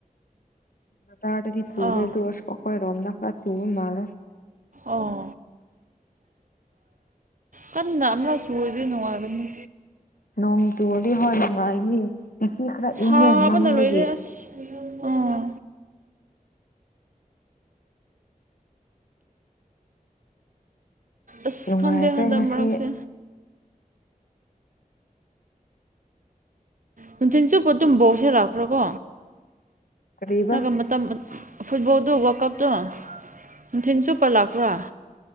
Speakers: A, on the left (about 75°); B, on the right (about 65°).
A: ꯗꯥꯗꯤ ꯆꯨꯗ
B: ꯑꯥ
A: ꯗꯣꯁ ꯀꯈꯣꯏ ꯔꯝꯗꯂꯥ ꯆꯨꯕ ꯃꯥꯜꯦ
B: ꯑꯣ ꯀ ꯑꯁꯨꯨ ꯑꯣꯏꯗ ꯅꯨꯡꯉꯥꯏꯒꯅꯤ
A: ꯅꯣꯡ ꯇꯨꯒ ꯍꯣꯏ ꯅꯨꯡꯉꯥꯏꯅꯤ ꯉꯁꯤ ꯈꯔ
B: ꯁꯥꯕꯅ
A: ꯏꯪꯉꯦ ꯃꯝꯕꯒꯤ
B: ꯂꯣꯏꯔꯦ ꯑꯁ ꯑꯥ ꯑꯁ
A: ꯅꯨꯡꯉꯥꯏꯈ꯭ꯔꯦ
B: ꯈꯪꯗꯦ ꯍꯟꯗꯛ
A: ꯉꯁꯤ
B: ꯃꯔꯛꯁꯦ ꯅꯨꯡꯊꯤꯟ ꯆꯨꯞꯕ ꯑꯗꯨꯝꯕꯧꯁꯤꯂꯛꯄ꯭ꯔꯥ ꯀꯣ
A: ꯀꯔꯤꯕ
B: ꯒ ꯃ ꯃꯇꯝ ꯐꯕꯣ ꯑꯗꯨ ꯋꯥꯀꯞꯇꯣ ꯅꯨꯡꯊꯤꯜ ꯆꯨꯞꯄ ꯂꯥꯛꯄ꯭ꯔꯥ